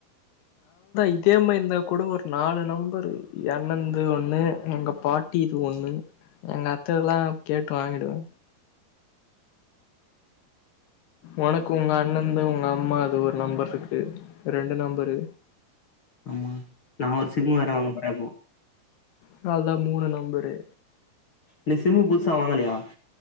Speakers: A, on the left; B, on the left.
A: இதே மாரி இருந்தா கூட ஒரு நாலு நம்பர் என் அண்ணண்து ஒண்ணு எங்க பாட்டிது ஒண்ணு எங்க அத்தைதெல்லாம் கேட்டு வாங்கிடுவே ஒனக்கு உங்க அண்ணன்து உங்க அம்மாது ஒரு நம்பர் இருக்கு ரெண்டு நம்பரு
B: ஆமா நா ஒரு சிம் வேர வாங்க போறே போ
A: அதான் த மூணு நம்பரு
B: நீ சிம் புதுசா வாங்கலையா